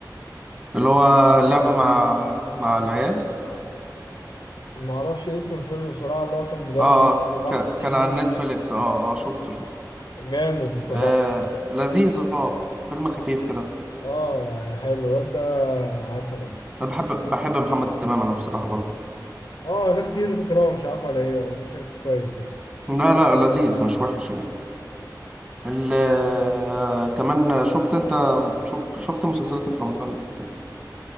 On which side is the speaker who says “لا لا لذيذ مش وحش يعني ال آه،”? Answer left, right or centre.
Right